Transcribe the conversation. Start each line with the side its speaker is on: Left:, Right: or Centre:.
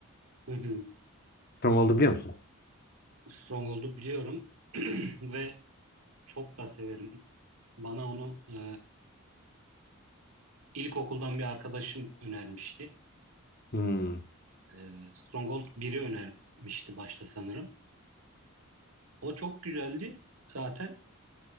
Right: hı. hı.
Left: Stronghold'u biliyor musun?
Right: Stronghold'u biliyorum <clears throat> ve çok da severim. Bana onu e, ilkokuldan bir arkadaşım önermişti.
Left: Hmm.
Right: E, Stronghold biri önermişti başta sanırım. O çok güzeldi zaten